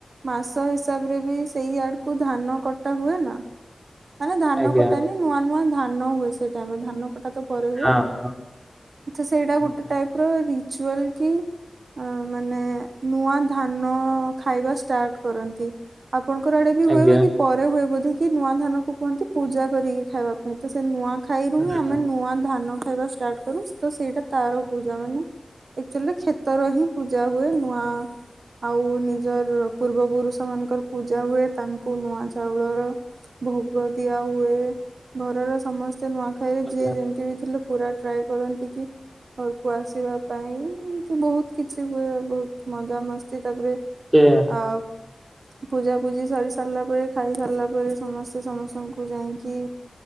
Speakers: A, on the right (about 80°); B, on the right (about 25°).
A: ମାସ ହିସାବରେ ବି ସେଇ ଆଡ଼କୁ ଧାନ କଟା ହୁଏ ନା। ମାନେ ଧାନ
B: ଆଜ୍ଞା
A: କଟାନି ନୂଆ ନୂଆ ଧାନ ହୁଏ ସେଇ ଟାଇମରେ ଧାନ ଟା ତ ପରେ ହୁଏ
B: ହଁ ହଁ
A: ତ ସେଇଟା
B: ହୁଁ
A: ଗୋଟେ ଟାଇପର ରିଚୁଆଲ କି? ମାନେ ନୂଆ ଧାନ ଖାଇବା ଷ୍ଟାର୍ଟ କରନ୍ତି। ଆପଣଙ୍କର ଆଡେ ବି ହୁଏ
B: ଆଜ୍ଞା
A: ବାକି ପରେ ହୁଏ ବୋଧେ କି ନୂଆ ଧାନ କୁହନ୍ତି ପୂଜା କରିକି ଖାଇବାକୁ। ନାଇଁ ତ ସେ ନୂଆ ଖାଇରୁ
B: ହୁଁ
A: ହିଁ ଆମେ ନୂଆ ଧାନ ଖାଇବା ଷ୍ଟାର୍ଟ କରୁ ତ ସେଇଟା ତାର ପୂଜା ମାନେ ଅକ୍ଚୁଆଲି କ୍ଷେତର ହିଁ ପୂଜା ହୁଏ ନୂଆ ଆଉ ନିଜର ପୂର୍ବ ପୁରୁଷ ମାନଙ୍କର ପୂଜା ହୁଏ ତାଙ୍କୁ ନୂଆ ଚାଉଳର ଭୋଗ ଦିଆ ହୁଏ ଘରର ସମସ୍ତେ ନୂଆଖା ଖାଇରେ
B: ଆଜ୍ଞା।
A: ଯିଏ ଯେମିତି ବି ଥିଲେ ପୁରା ଟ୍ରାଏ କରନ୍ତି କି? ଘରକୁ ଆସିବା ପାଇଁ ଏମତି ବହୁତ କିଛି ହୁଏ ବହୁତ ମଜ ମସ୍ତି ତାପରେ
B: କିଏ?
A: ଅ। ପୂଜାପୂଜି ସରି ସାରିଲା ପରେ ଖାଇ ସାରିଲା ପରେ ସମସ୍ତେ ସମସ୍ତଙ୍କୁ ଯାଇକି